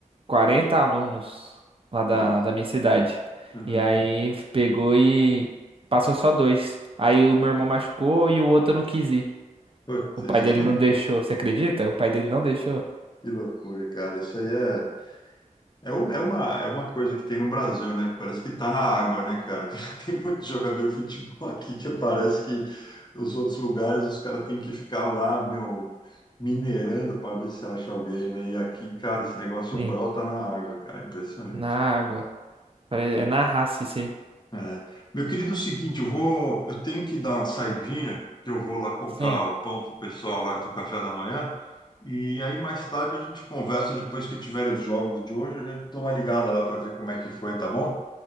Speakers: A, on the right; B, on the left.
A: 40 alunos lá da,
B: nossa.
A: da minha cidade.
B: Uhum.
A: E aí pegou e passou só dois. Aí o meu irmão machucou e o outro não quis ir.
B: Putz,
A: O
B: <laughs>
A: pai dele não deixou. Você acredita? O pai dele não deixou.
B: que loucura, cara. Isso aí é. É, u- é uma, é uma coisa que tem no Brasil, né? Que parece que tá na água, né, cara? <laughs> Tem muito jogador de futebol aqui que parece que os outros lugares os caras têm que ficar lá, meu, minerando para ver se acha alguém, né? E aqui, cara, esse negócio
A: Sim.
B: brota na água, cara. Impressionante.
A: Na água. Pare- É na raça isso aí.
B: É. Meu querido, é o seguinte, eu vou, eu tenho que dar uma saidinha, que eu vou lá comprar
A: Sim.
B: o pão pro pessoal lá do café da manhã. E aí mais tarde a gente conversa depois que tiverem os jogos de hoje, a gente dá uma ligada lá para ver como é que foi, tá bom?